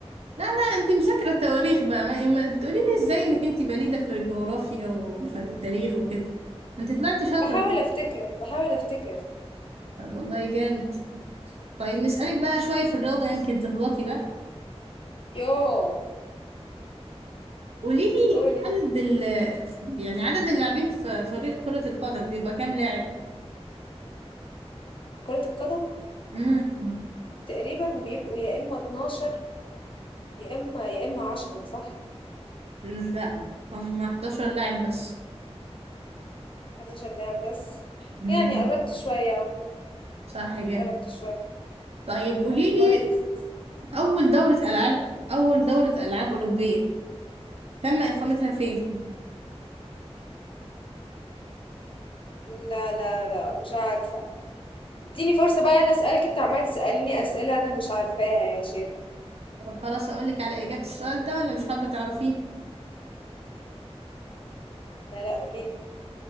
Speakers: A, on the right; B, on the left.
A: لا لا انت مذاكرة التواريخ بقى ما ما بتقوليلي ازاي انك انت بليدة في الجغرافيا وفي التاريخ وكده انت طلعتي شاطرة
B: بحاول افتكر بحاول افتكر
A: طب والله جامد طيب نسألك بقى شوية في الرياضة يمكن تغلطي بقى
B: يوه
A: قوليلي
B: قولي
A: عدد ال يعني عدد اللاعبين في فريق كرة القدم بيبقى كام لاعب؟
B: كرة القدم
A: امم
B: تقريبًا بيبقوا يا إمّا 12 يا إمّا يا إمّا 10 صح؟
A: لا هم 11 لاعب بس
B: 11 لاعب بس،
A: مم.
B: يعني قرّبت شوية أهو،
A: صح جدا
B: قرّبت شوية.
A: طيب قولي
B: طب
A: لي
B: كويس.
A: أول دورة ألعاب أول دورة ألعاب أولمبية تم إقامتها فين؟
B: لا، لا، لأ مش عارفة. ادّيني فرصة بقى أنا أسألك، أنتِ عمّالة تسأليني أسئلة أنا مش عارفاها يا شيخة.
A: طب خلاص أقول لك على إجابة السؤال ده ولا مش حابة تعرفيه؟
B: لا، لأ قولي لي.